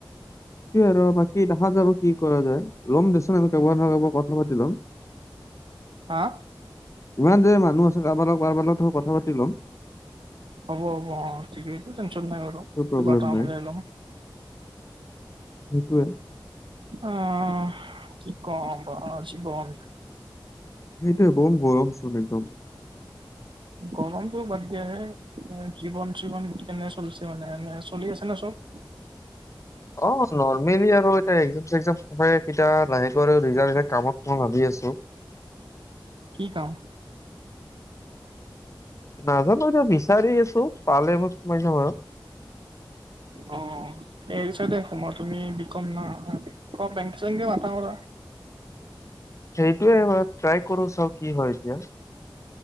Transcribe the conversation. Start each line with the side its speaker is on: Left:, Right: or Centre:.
Left: সেইটোয়ে আৰু বাকি দেখা যাব কি কৰা যায় ল'ম দেচোন আমি কাৰোবাৰ কাৰোবাক কথা পাতি ল'ম।
Right: হা?
Left: ইমান যে মানুহ আছে কাৰোবা কাৰোবা লগতো কথা পাতি ল'ম।
Right: হ'ব হ'ব অহ ঠিকেই টেনচন নাই বাৰু।
Left: একো প্ৰব্লেম
Right: কিবা এটা
Left: নাই,
Right: মিলাই ল'ম
Left: সেইটোৱে।
Right: অহ কি কম। গৰম হৈছে গৰম।
Left: সেইটো বম গৰম চোন একদম।
Right: গৰমটোও বাদ দিয়া হে। জীৱন চীৱন কেনে চলিছে মানে এনে চলি আছে না চব?
Left: অহ, নৰ্মেলি আৰু এতিয়া একজাম চেকজাম হ'ব এ লাহেকৈ আৰু ৰিজাল্ট কামত মই ভাবি আছো।
Right: কি কাম?
Left: নাজানো এতিয়া বিচাৰি আছো। পালে মই সোমাই যাম আৰু।
Right: অ হেৰি চাইদে সোমা তুমি বিকম না বেংকে চেংকে মাথা মাৰা।
Left: সেইটোয়ে হয় ট্ৰাই কৰো চাও কি হয় এতিয়া।